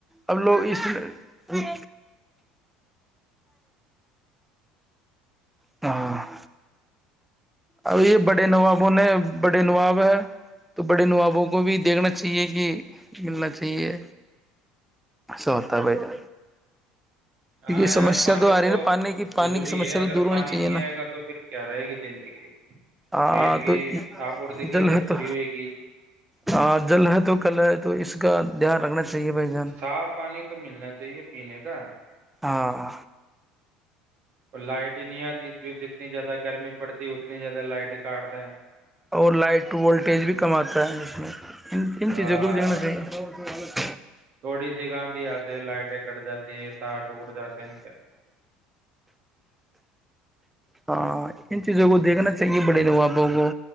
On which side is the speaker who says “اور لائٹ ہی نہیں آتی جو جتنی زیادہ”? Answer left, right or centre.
Right